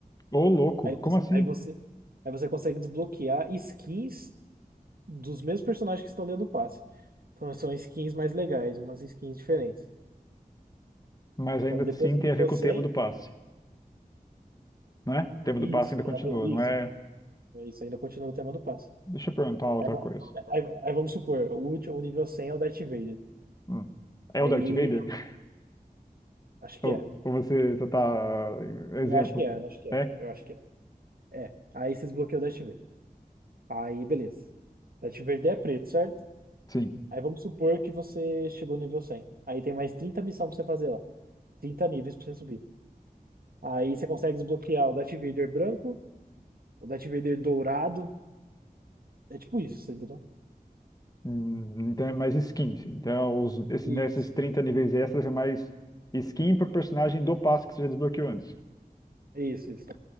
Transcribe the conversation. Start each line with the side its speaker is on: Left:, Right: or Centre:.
Left: Ô, louco,
Right: Aí,
Left: como
Right: você-
Left: assim?
Right: aí você, aí você consegue desbloquear skins dos mesmos personagens que estão dentro do passe. Então são skins mais legais, umas skins diferentes.
Left: Mas ainda
Right: Então
Left: assim
Right: depois do
Left: tem
Right: nível
Left: a ver com
Right: 100
Left: o tema do passe, né? O tema
Right: isso,
Left: do passe ainda
Right: tem
Left: continua,
Right: a ver- isso,
Left: não é?
Right: isso ainda continua o tema do passe.
Left: Deixa eu perguntar uma outra
Right: Aí, va-
Left: coisa.
Right: aí- aí vamos supor, o último, o nível 100 é o Darth Vader.
Left: Hum. É
Right: Aí,
Left: o Darth Vader? <laughs>
Right: acho que
Left: Ou,
Right: é.
Left: ou você só tá. Exemplo.
Right: Eu acho que é, eu acho que é.
Left: É?
Right: Eu acho que é. É. Aí você desbloqueou o Darth Vader. Aí, beleza. Darth Vader é preto, certo?
Left: Sim.
Right: Aí vamos supor que você chegou no nível cem Aí tem mais 30 missões pra você fazer lá. trinta níveis pra você subir. Aí você consegue desbloquear o Darth Vader branco, o Darth Vader dourado. É tipo isso, você entendeu?
Left: Hum, Então é mais skin. assim. Então é os, esses,
Right: Isso.
Left: né, esses 30 níveis extras é mais skin pro personagem do passo que você já desbloqueou antes.
Right: Isso, isso.